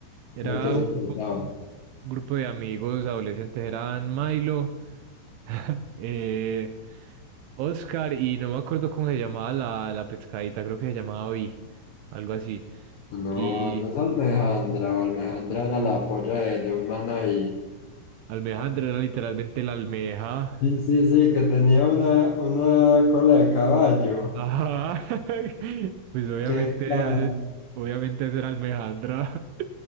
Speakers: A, on the right; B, on the left.
A: era
B: ¿de qué se
A: un grupo,
B: trataba?
A: un grupo de amigos adolescentes, eran Milo, <laughs> eh, Oscar y no me acuerdo cómo se llamaba la, la pescadita, creo que se llamaba Vi, algo así.
B: No,
A: Y,
B: no es Almejandra. o Almejandra era la polla de, de un man ahí.
A: Almejandra era literalmente la almeja.
B: Sí, sí, sí, que tenía una, una cola de caballo.
A: Ajá. <laughs> Pues obviamente,
B: Qué caja.
A: eh, obviamente esa Almejandra. <laughs>